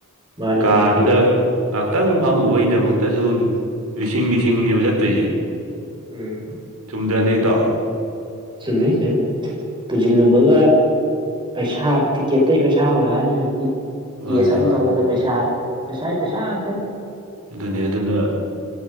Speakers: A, on the right; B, on the right.
A: ꯃꯥꯅꯤ
B: ꯀꯥꯗꯨꯗ
A: ꯍꯧꯖꯤꯛꯇꯤ
B: ꯉꯥꯏꯍꯥꯛꯇꯪ ꯐꯝꯃꯨꯕꯒꯤꯗꯃꯛꯇꯁꯨ ꯂꯤꯁꯤꯡ ꯂꯤꯁꯤꯡꯅꯦꯕ ꯆꯠꯇꯣꯏꯁꯦ
A: ꯎꯝ
B: ꯍꯟꯗ꯭ꯔꯗꯩ ꯇꯥꯎ
A: ꯆꯨꯝꯩ ꯁꯦ ꯄꯨꯁꯤꯜꯂꯨꯕꯒ ꯄꯩꯁꯥ ꯇꯤꯀꯦꯠꯇꯒꯤ ꯄꯩꯁꯥ ꯍꯧꯔꯛꯑꯅꯤ ꯍꯧꯖꯤꯛꯇꯤ
B: ꯃꯥꯅꯦ
A: ꯀꯦꯁ ꯑꯃ
B: ꯃꯥꯅꯦ
A: ꯇꯧꯕꯗ ꯄꯩꯁꯥ ꯄꯩꯁꯥ ꯄꯩꯁꯥꯆꯦ
B: ꯑꯗꯨꯅꯦ ꯑꯗꯨꯅ